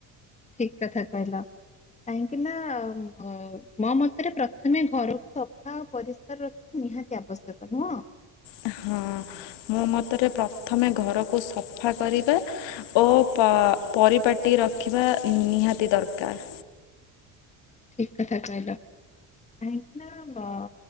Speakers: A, on the left; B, on the left.
A: ଠିକ୍ କଥା କହିଲ। କାହିଁକି ନା ମୋ ଅ ମତରେ ପ୍ରଥମେ ଘରକୁ ସଫା ଓ ପରିଷ୍କାର ରଖି ନିହାତି ଆବଶ୍ୟକ, ନୁହଁ?
B: ହଁ ଅଁ। ମୋ ମତରେ ପ୍ରଥମେ ଘରକୁ ସଫା କରିବା ଓ ପ ପରିପାଟି ରଖିବା ନିହାତି ଦରକାର୍।
A: ଠିକ୍ କଥା କହିଲ, କାହିଁକି ନା ଗ